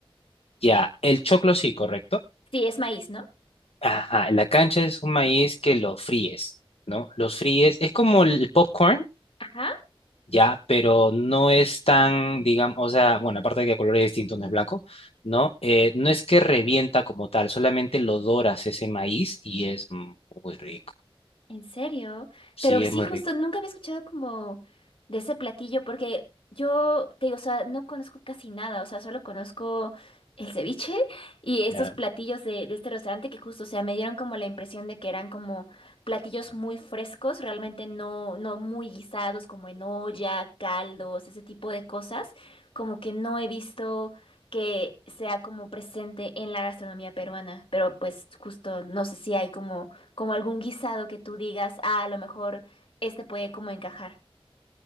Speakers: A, on the left; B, on the left.
A: Ya, el choclo sí, ¿correcto?
B: Sí, es maíz, ¿no?
A: Ajá, la cancha es un maíz que lo fríes, ¿no? Los fríes, es como el popcorn,
B: Ajá.
A: ya, pero no es tan, digamos, o sea, bueno, aparte de que el color es distinto, no es blanco, ¿no? Eh, no es que revienta como tal, solamente lo doras ese maíz y es m- muy rico.
B: ¿En serio?
A: Sí,
B: Pero sí,
A: es muy
B: justo
A: rico.
B: nunca había escuchado como de ese platillo, porque yo te digo, o sea, no conozco casi nada, o sea, solo conozco el ceviche y estos
A: ya.
B: platillos de, de este restaurante que justo, o sea, me dieron como la impresión de que eran como platillos muy frescos, realmente no, no muy guisados, como en olla, caldos, ese tipo de cosas, como que no he visto que sea como presente en la gastronomía peruana, pero pues justo no sé si hay como como algún guisado que tú digas, ah, a lo mejor este puede como encajar.